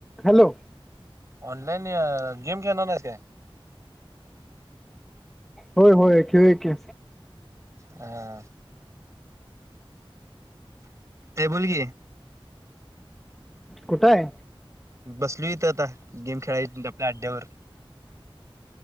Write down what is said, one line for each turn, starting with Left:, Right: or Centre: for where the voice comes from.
Centre: Hello
Right: online game खेळणार नाही ते
Centre: होय होय खेळ के
Right: ह ते बोल कि
Centre: कुठे आहे
Right: बसलू इथं आता गेम खेळाय आपल्या अड््यावर